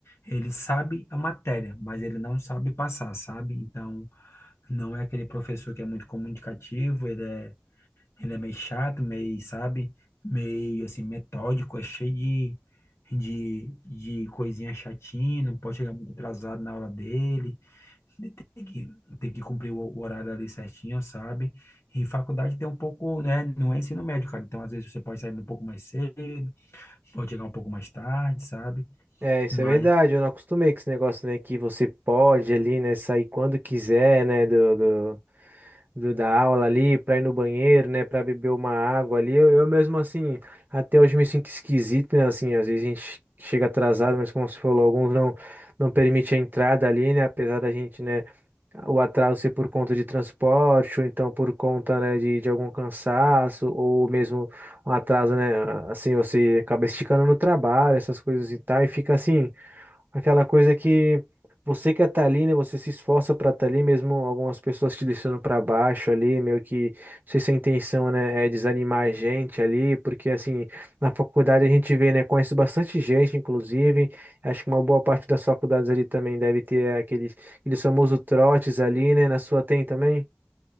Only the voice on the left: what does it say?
Ele sabe a matéria, mas ele não sabe passar, sabe? Então, não é aquele professor que é muito comunicativo, ele é ele é meio chato, meio, sabe? Meio assim, metódico, é cheio de, de, de coisinha chatinha, não pode chegar muito atrasado na aula dele. Ele tem que, tem que cumprir o, o horário ali certinho, sabe? E faculdade tem um pouco, né? Não é ensino médio, cara. Então, às vezes, você pode sair um pouco mais cedo, pode chegar um pouco mais tarde, sabe?
Mas,